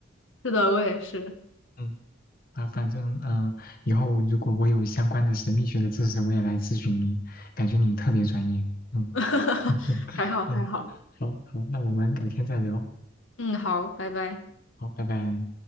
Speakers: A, on the left; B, on the left.
A: 是的，我也是。
B: 嗯，啊，反正嗯、呃以后如果我有相关的神秘学的知识，我也来咨询你，感觉你特别专业。嗯
A: <laughs>
B: <laughs>
A: 还好，
B: 嗯，
A: 还好。
B: 好好，那我们改天再聊。
A: 嗯，好，拜拜。
B: 好，拜拜。